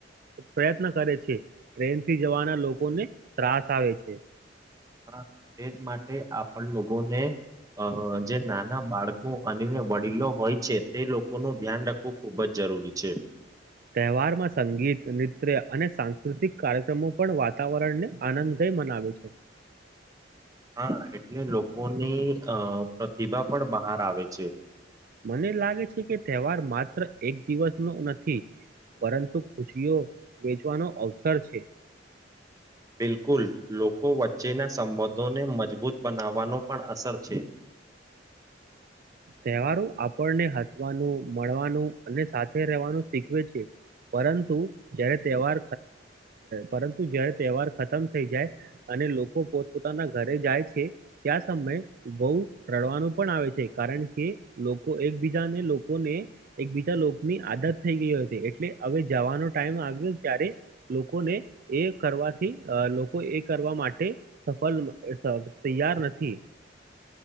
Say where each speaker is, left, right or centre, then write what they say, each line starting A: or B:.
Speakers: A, on the right (about 50°); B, on the right (about 20°).
A: પ્રયત્ન કરે છે ટ્રેન થી જવાના લોકોને ત્રાસ આવે છે.
B: હા તેજ માટે આપણ લોકોને. અ જે નાના બાળકો અને વડીલો હોય છે તે લોકોનું ધ્યાન રાખવું ખુબ જ જ જરૂરી છે
A: તહેવારમાં સંગીત નૃત્ય અને સાંસ્કૃતિક કાર્યક્રમો પણ વાતાવરણને આનંદ ગયો મનાવે છે
B: હા એટલે લોકોની અ પ્રતિભા પણ બહાર આવે છે
A: મને લાગે છે કે તહેવાર માત્ર એક દિવસ નો નથી પરંતુ ખુશીઓ વેચવાનો અવસર છે
B: બિલકુલ લોકો વચ્ચેના સંબંધોને મજબૂત બનાવવાનો પણ અસર છે
A: તહેવારો આપણને હસવાનું મળવાનું અને સાથે રહેવાનું શીખવે છે પરંતુ જ્યારે તહેવાર પરંતુ જય્યારે તહેવાર ખતમ થઈ જાય અને લોકો પોત પોતાના ઘરે જાય છે ત્યાં સમય બહ રડવાનું પણ આવે છે કારણ કે લોકો એકબીજાને લોકોને એકબીજા લોકોની આદત થઈ ગઈ હતી એટલે હવે જવાનો ટાઈમ આવ્યો ત્યારે લોકોને એ કરવાથી લોકો એ કરવા માટે સફલ તૈયાર નથી